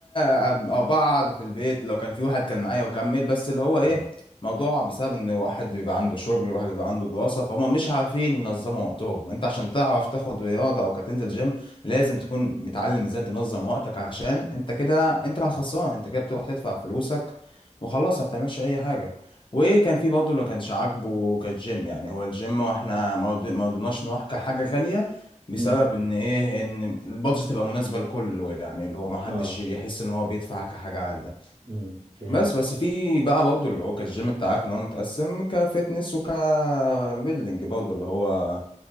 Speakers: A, on the left; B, on the right.
A: عم- آه، بعض في البيت لو كان في واحد كان معايا وكمل بس اللي هو ايه
B: مم.
A: موضوع بسبب ان واحد بيبقى عنده شغل واحد بيبقى عنده دراسة فهم مش عارفين ينظموا وقتهم انت عشان تعرف تاخد رياضة او كتنزل جيم لازم تكون متعلم ازاي تنظم وقتك عشان انت كده انت اللي الخسران انت كده بتروح تدفع فلوسك وخلاص ما بتعملش اي حاجة وكان في برضه اللي ما كانش عاجبه كالجيم يعني هو الجيم واحنا ما رضي- ما رضيناش نروح كحاجة غالية بسبب
B: امم
A: ان ايه ان البادجت تبقى مناسبه لكله يعني اللي هو ما حدش
B: اه
A: يحس ان هو بيدفع كحاجه عاليه
B: امم فهمت
A: بس بس في بقى برضه اللي هو كالجيم انت عارف ان هو متقسم كفتنس وكبيلدينج برضه اللي هو